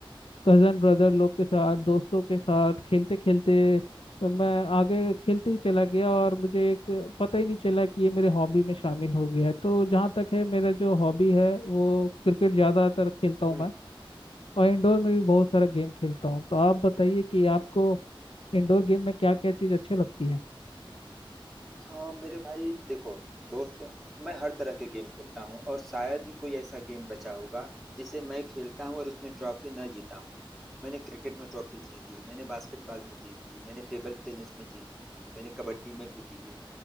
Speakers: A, on the left; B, in the centre.
A: कजन ब्रदर लोग के साथ दोस्तों के साथ खेलते खेलते तो मैं आगे खेलते ही चला गया और मुझे एक पता ही नहीं चला कि ये मेरे हॉबी में शामिल हो गया है तो जहाँ तक है मेरा जो हॉबी है वो क्रिकेट ज़्यादातर खेलता हूँ
B: हम्म
A: मैं और इंडोर में भी बहुत सारा गेम खेलता हूँ तो आप बताइए कि आपको इंडोर गेम में क्या क्या चीज़ अच्छी लगती है
B: हाँ मेरे भाई देखो दोस्त मैं हर तरह के गेम खेलता हूँ और शायद ही कोई ऐसा गेम बचा होगा जिसे मैं खेलता हूँ और उसमें ट्रॉफी न जीता हूँ मैंने क्रिकेट में ट्रॉफी जीती मैंने बास्केटबॉल में जीती मैंने टेबल टेनिस में जीती मैंने कबड्डी में भी जीती